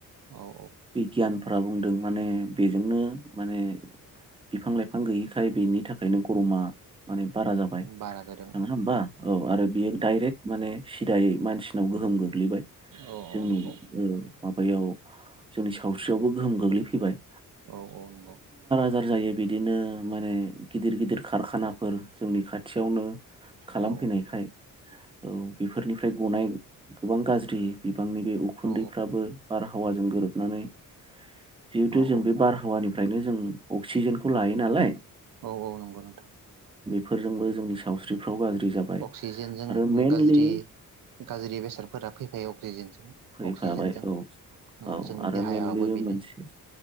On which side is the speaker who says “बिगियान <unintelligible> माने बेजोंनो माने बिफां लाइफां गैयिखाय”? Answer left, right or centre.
Right